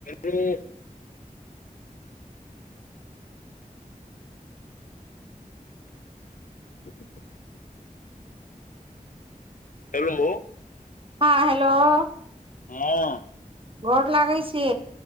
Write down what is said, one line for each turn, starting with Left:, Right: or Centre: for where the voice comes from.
Left: Hello <inaudible> hello.
Right: हाँ hello.
Left: हाँ।
Right: गोर लागै छी।